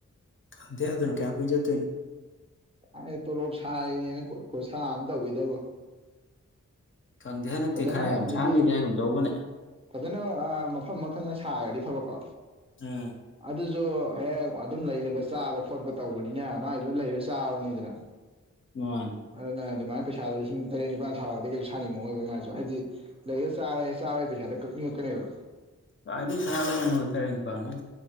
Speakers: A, on the left; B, on the right.
A: ꯈꯥꯟꯗꯦ ꯑꯗꯨꯅ ꯀꯌꯥꯝ ꯀꯨꯏ ꯆꯠꯇꯣꯏꯅꯣ
B: ꯀꯥꯏ ꯇꯣꯂꯣꯞ ꯁꯥꯏꯔꯤꯅꯦꯅ ꯈꯠꯁꯥ ꯑꯃ ꯇꯧꯋꯤꯗꯕꯣ
A: ꯈꯪꯗꯦ ꯍꯟꯗꯛꯇꯤ
B: ꯐꯖꯅ
A: ꯈꯔ ꯌꯥꯝ
B: ꯍꯥꯏꯗꯤ
A: ꯁꯥꯟꯅꯦꯗꯤ ꯍꯥꯏꯒꯨꯝ ꯇꯧꯕꯅꯦ
B: ꯐꯖꯅ ꯑꯥ ꯃꯐꯝ ꯑꯃꯈꯪꯅ ꯁꯥꯔꯒꯗꯤ ꯐꯕꯀꯣ
A: ꯎꯝ
B: ꯑꯗꯨꯁꯨ ꯍꯦꯛ ꯑꯗꯨꯝ ꯂꯩꯔꯕ ꯆꯥꯕ ꯈꯣꯠꯄ ꯇꯧꯕꯅꯤꯅ ꯃꯥꯥꯏꯗꯨ ꯂꯩꯔ ꯆꯥꯕꯅꯤꯗꯅ
A: <inaudible>
B: ꯑꯗꯨꯅ ꯑꯗꯨꯃꯥꯏꯅ ꯄꯩꯁꯥꯗꯣ ꯂꯤꯁꯤꯡ ꯇꯔꯦꯠ ꯅꯤꯄꯥꯥꯟ ꯁꯥꯥꯎꯑꯣꯗꯤ ꯀꯩꯁꯨ ꯁꯥꯅꯤꯡ ꯉꯣꯏꯕ ꯃꯥꯁꯨ ꯍꯥꯏꯗꯤ ꯂꯩꯔ ꯆꯥꯔꯦ ꯆꯥꯕꯩ ꯄꯩꯁꯥꯗ ꯀꯛꯅꯤꯡꯉꯛꯀꯅꯦꯕ
A: ꯀꯥꯏꯗꯩ ꯊꯥ ꯑꯃꯥꯗ ꯇꯔꯦꯠ ꯅꯤꯄꯥꯟꯅꯣ